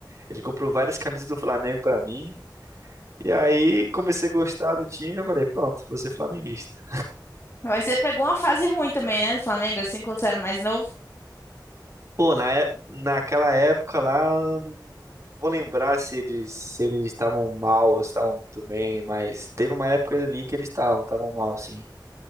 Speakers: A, on the right; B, on the left.
A: ele comprou várias camisas do Flamengo pra mim, e aí comecei a gostar do time, eu falei, pronto, vou ser flamenguista.
B: Mas você pegou uma fase ruim também, né, do Flamengo, assim, quando você era mais novo.
A: Pô, na, é- naquela época lá, eu não vou lembrar se eles se eles estavam mal ou se estavam muito bem, mas teve uma época ali que eles estavam, estavam mal, sim.